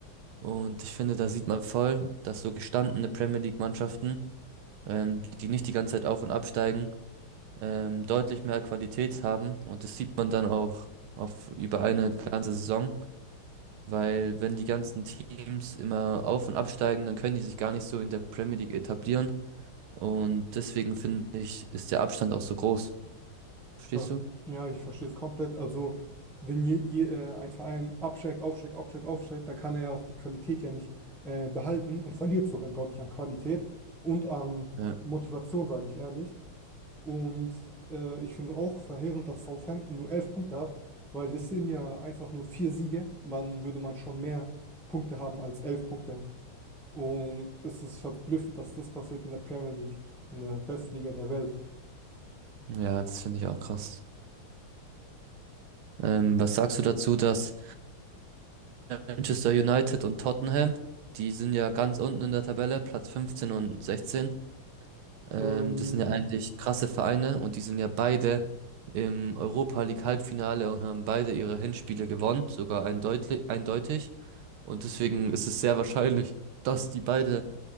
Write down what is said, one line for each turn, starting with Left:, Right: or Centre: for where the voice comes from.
Right: und ich finde, da sieht man voll, dass so gestandene Premier League Mannschaften ähm, die nicht die ganze Zeit auf und absteigen, ähm, deutlich mehr Qualität haben. Und das sieht man dann auch auf über eine ganze Saison, weil wenn die ganzen Teams immer auf und absteigen, dann können die sich gar nicht so in der Premier League etablieren. Und deswegen finde ich, ist der Abstand auch so groß. Verstehst
Centre: Das,
Right: du?
Centre: ja, ich verstehe es komplett. Also, wenn je, je, äh, ein Verein absteigt, aufsteigt, absteigt, aufsteigt, dann kann er ja auch die Qualität ja nicht äh, behalten und verliert sogar, glaube ich, an Qualität und an
Right: Ja,
Centre: Motivation, sage ich ehrlich. Und äh, ich finde auch verheerend, dass Southampton nur elf Punkte hat, weil das sind ja einfach nur vier Siege. Man würde man schon mehr Punkte haben als elf Punkte. Und es ist verblüffend, dass das passiert in der Premier League, in der besten Liga der Welt.
Right: ja, das finde ich auch krass. Ähm, was sagst du dazu, dass Manchester United und Tottenham, die sind ja ganz unten in der Tabelle, Platz 15 und 16. Ähm,
Centre: Ähm,
Right: das sind ja eigentlich krasse Vereine und die sind ja beide im Europa League Halbfinale und haben beide ihre Hinspiele gewonnen, sogar eindeutig, eindeutig. Und deswegen ist es sehr wahrscheinlich, dass die beide